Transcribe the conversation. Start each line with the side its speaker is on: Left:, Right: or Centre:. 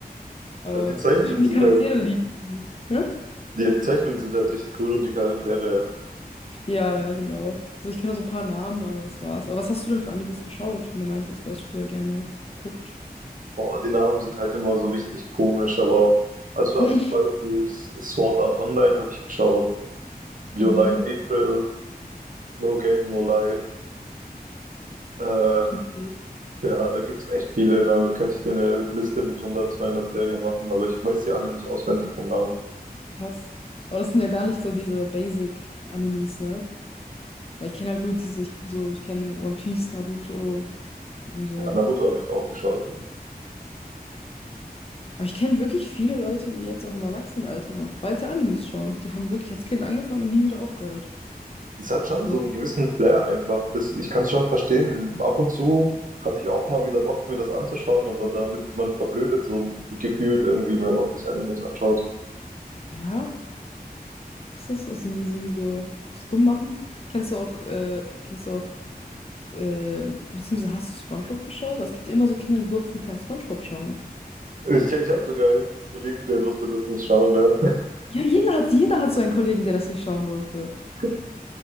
Left: Aber,
Right: Ja, die Zeichnungen
Left: also ich finde
Right: sind
Left: die Charaktere
Right: halt,
Left: lieb. irgendwie. Hä?
Right: ja, die Zeichnungen sind halt richtig cool und die Charaktere, ja.
Left: Ja, ja, genau. Also ich kenne so ein paar Namen, aber das war's. Aber was hast du denn für Animes geschaut, wenn du meintest, du hast früher gerne geguckt?
Right: boah, die Namen sind halt immer so richtig komisch, aber also, also
Left: <laughs>
Right: zum Beispiel Sword Art Online habe ich geschaut, Your
Left: Mhm.
Right: Lie in April, No Game, No Life, äh, ja,
Left: Okay,
Right: da gibt's echt viele, da könnte ich dir eine Liste mit 100, 200 Serien machen, aber ich weiß sie alle nicht auswendig vom Namen.
Left: krass. Aber das sind ja gar nicht so diese Basic-Animes, ne? Weil ich kenne halt nur diese, ich kenne so, ich kenne One Piece, Naruto und so.
Right: Ja, Naruto habe ich auch geschaut. Ja.
Left: Aber ich kenne wirklich viele Leute, die jetzt auch im Erwachsenenalter noch weiter Animes schauen. Die haben wirklich als Kind angefangen und nie wieder aufgehört.
Right: Es hat schon
Left: So,
Right: so einen gewissen Flair einfach. Das, ich kann es schon verstehen. Ab und zu habe ich auch mal wieder Bock, mir das anzuschauen, aber damit man verblödet so gefühlt irgendwie, wenn man sich Animes anschaut.
Left: ja, Was ist das? Sind die, sind die so, so dumm machend? Kennst du auch, äh, kennst du auch, äh, beziehungsweise hast du SpongeBob geschaut? Weil es gibt ja immer so Kinder, die durften kein SpongeBob schauen.
Right: Ich, ich habe sogar einen Kollegen, der durfte das nicht schauen. Der.
Left: Ja, jeder hat, jeder hat so einen Kollegen, der das nicht schauen durfte.
Right: <laughs> Ich